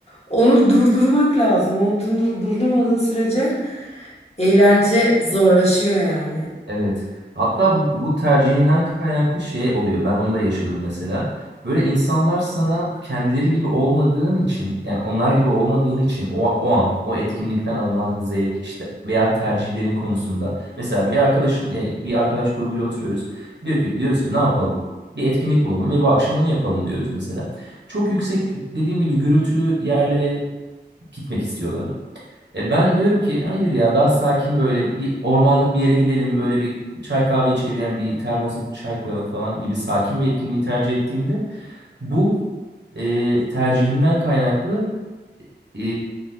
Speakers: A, on the left (about 35°); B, on the right (about 75°).
A: onu durdurmak lazım. Onu dur- durdurmadığın sürece eğlence zorlaşıyor yani.
B: evet. Hatta bu, bu tercihinden kaynaklı şey oluyor. Ben onu da yaşadım mesela. Böyle insanlar sana kendileri gibi olmadığın için, yani onlar gibi olmadığın için o, o an, o etkinlikten alınan zevk işte veya tercihlerin konusunda. Mesela bir arkadaşım, ya bir arkadaş grubuyla oturuyoruz. Diyor ki, diyoruz ki ne yapalım? Bir etkinlik bulalım ve bu akşam onu yapalım diyoruz mesela. Çok yüksek dediğim gibi gürültülü yerlere gitmek istiyorlar. E ben diyorum ki hayır ya daha sakin böyle bir ormanlık bir yere gidelim böyle bir çay kahve içelim yani bir termosa çay koyalım falan gibi sakin bir etkinliği tercih ettiğimde bu e, tercihimden kaynaklı e,